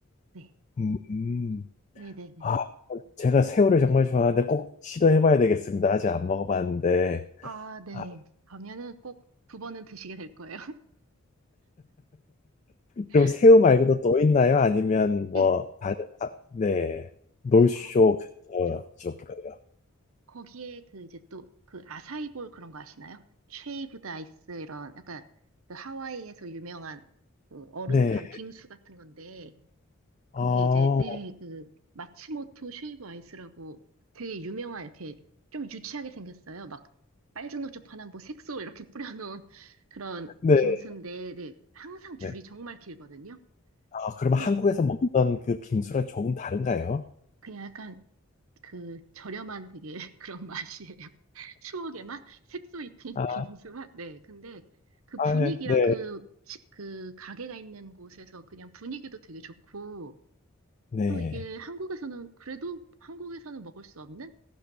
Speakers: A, on the right; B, on the left.
A: 네.
B: 음, 음.
A: 네네네.
B: 아, 제가 새우를 정말 좋아하는데 꼭 시도해봐야 되겠습니다. 아직 안 먹어봤는데.
A: 아, 네.
B: 아,
A: 가면은 꼭 두 번은 드시게 될 거예요.
B: 그럼
A: <laughs>
B: 새우
A: 네.
B: 말고도 또 있나요? 아니면 뭐
A: 예.
B: 다른 아, 네 놀쇼
A: 예. 거,
B: 근처
A: 그렇죠.
B: 쪽으로요.
A: 거기에 그 이제 또 그 아사이볼 그런 거 아시나요? 쉐이브드 아이스 이런 약간 그 하와이에서 유명한 그 얼음
B: 네,
A: 간 빙수 같은 건데
B: 어,
A: 거기에 이제 네 그 마츠모토 쉐이브 아이스라고 되게 유명한 이렇게 좀 유치하게 생겼어요. 막 빨주노초파나 뭐 색소 이렇게 <laughs> 뿌려놓은 그런
B: 네.
A: 빙수인데 네 항상 줄이
B: 네.
A: 정말 길거든요.
B: 아, 그러면
A: 근데
B: 한국에서 먹던 그 빙수랑 조금 다른가요?
A: 그냥 약간 그 저렴한 되게 <laughs> 그런 맛이에요. <laughs> 추억의 맛? 색소 입힌
B: 아,
A: <laughs> 빙수 맛? 네. 근데 그
B: 아,
A: 분위기랑
B: 예. 네,
A: 그, 시- 그 가게가 있는 곳에서 그냥 분위기도 되게 좋고
B: 네,
A: 또 이게 한국에서는 그래도 한국에서는 먹을 수 없는